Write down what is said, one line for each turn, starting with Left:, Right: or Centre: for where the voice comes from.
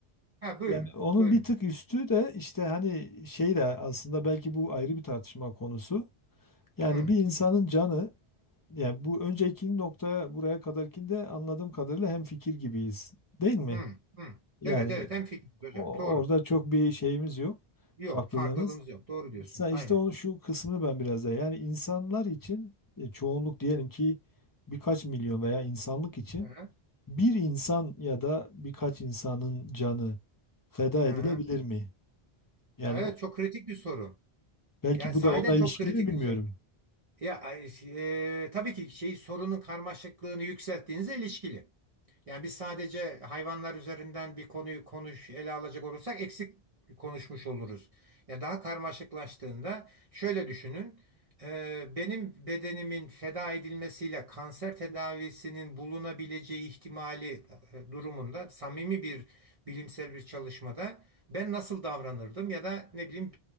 Right: Ha buyurun,
Left: Yani onun
Right: buyurun.
Left: bir tık üstü de işte hani şey de aslında belki bu ayrı bir tartışma konusu. Yani
Right: Hı,
Left: bir insanın canı yani bu önceki noktaya buraya kadarkinde anladığım kadarıyla hemfikir gibiyiz. Değil mi?
Right: hı, hı.
Left: Yani
Right: Evet evet hemfikiriz hocam.
Left: o-
Right: Doğru.
Left: orada çok bir şeyimiz yok.
Right: Yok
Left: Farklılığımız.
Right: farklılığımız yok. Doğru diyorsunuz.
Left: Sen
Right: Aynen.
Left: işte o şu kısmını ben biraz daha yani insanlar için e, çoğunluk diyelim ki birkaç milyon veya insanlık için
Right: Hı hı.
Left: bir insan ya da birkaç insanın canı feda
Right: hı
Left: edilebilir
Right: hı.
Left: mi? Yani
Right: Ha, Evet
Left: o-
Right: çok kritik bir soru.
Left: belki
Right: Yani
Left: bu
Right: sahiden
Left: da onunla
Right: çok
Left: ilişkili
Right: kritik
Left: mi bilmiyorum.
Right: bir soru. Ya ay, şey, e, tabii ki şey sorunun karmaşıklığını yükselttiğinizle ilişkili. Yani biz sadece hayvanlar üzerinden bir konuyu konuş ele alacak olursak eksik konuşmuş oluruz. Ya daha karmaşıklaştığında şöyle düşünün. e, benim bedenimin feda edilmesiyle kanser tedavisinin bulunabileceği ihtimali e, durumunda samimi bir bilimsel bir çalışmada ben nasıl davranırdım ya da ne bileyim